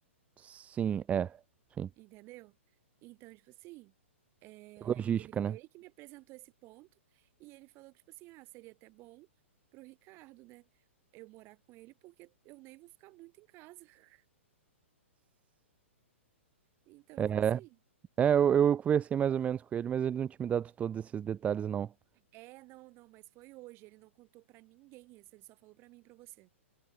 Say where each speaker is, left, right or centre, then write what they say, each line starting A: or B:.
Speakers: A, on the right (about 20°); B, on the right (about 35°).
A: Sim, é. Sim.
B: Entendeu? Então, tipo assim, é,
A: Logística,
B: ele,
A: né?
B: ele que me apresentou esse ponto e ele falou que, tipo assim, ah, seria até bom pro Ricardo, né? Eu morar com ele, porque eu nem vou ficar muito em casa. <laughs> Então,
A: É,
B: tipo assim,
A: é, eu, eu conversei mais ou menos com ele, mas ele não tinha me dado todos esses detalhes, não.
B: é, não, não, mas foi hoje. Ele não contou pra ninguém isso, ele só falou pra mim e pra você.